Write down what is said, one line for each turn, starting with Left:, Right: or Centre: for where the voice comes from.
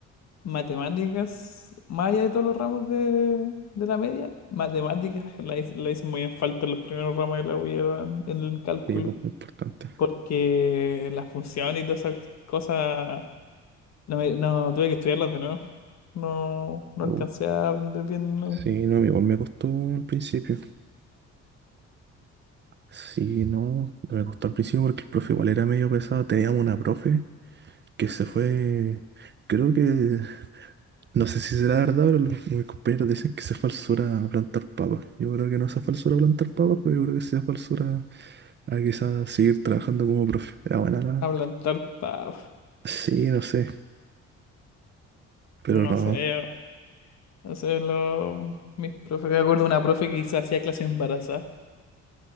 Left: Matemáticas, más allá de todos los ramos de, de la media, matemáticas la, hice- la hice muy en falta en los primeros ramos de la U y era en el cálculo,
Right: Sí, pues, importante.
Left: porque las funciones y todas esas cosas, no, me- no tuve que estudiarlas de nuevo. No, no
Right: Uh,
Left: alcancé a aprender bien no,
Right: sí, no, igual me costó al principio. Sí, no, no me costó al principio porque el profe igual era medio pesado. Teníamos una profe que se fue, creo que No sé si será verdad, pero los, mis compañeros dicen que se falsura plantar papas. Yo creo que no sea falsura plantar papas, pero yo creo que sea falsura a quizás seguir trabajando como profe. Era buena la...
Left: a plantar, pa-
Right: Sí, no sé, pero
Left: no
Right: no.
Left: sé, no sé, lo, mis profes, me acuerdo de una profe que hizo- hacía clase embarazada.